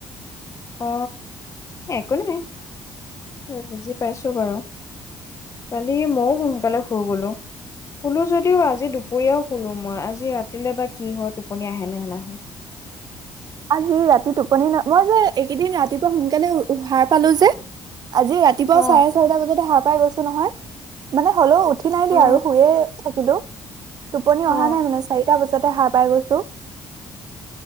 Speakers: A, on the left; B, on the right.
A: অ একো নাই। বুজি পাইছো বাৰু। কালি মও। সোনকালে শুই গলো। শুলো যদিও আজি দুপৰীয়াও শুলো মই আজি ৰাতিলৈ বা কি হয় টোপনি আহে নে নাহে।
B: আজি ৰাতি টোপনি ন, মই যে এইকেইদিন ৰাতিপুৱা সোনকালে সাৰ পালো যে। আজি ৰাতিপুৱা
A: অ
B: চাৰে চাৰিতা বজাতে সাৰ। পাই গৈছো নহয়। মানে হ'লেও উঠি নাই দিয়া
A: অ
B: আৰু শুয়ে থাকিলো। টোপনি
A: অ
B: অহা নাই মানে চাৰিটা বজাতে সাৰ পাই গৈছো।